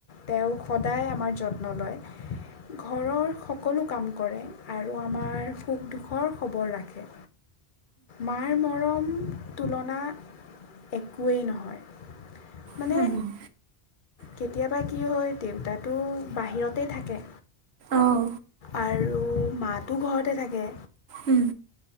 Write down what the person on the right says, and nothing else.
হুম হুম।
অঁ
উম।